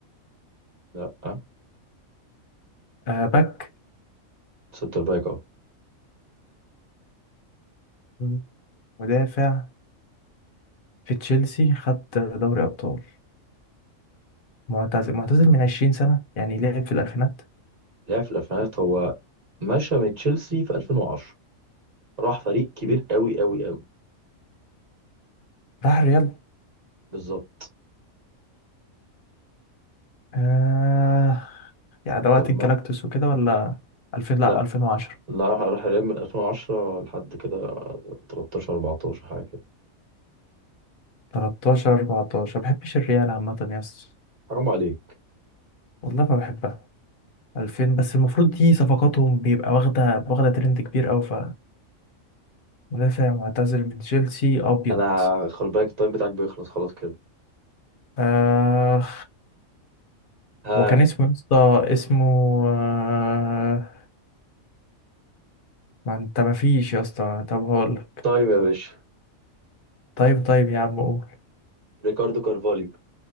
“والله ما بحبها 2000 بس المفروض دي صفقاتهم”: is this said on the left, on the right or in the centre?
Left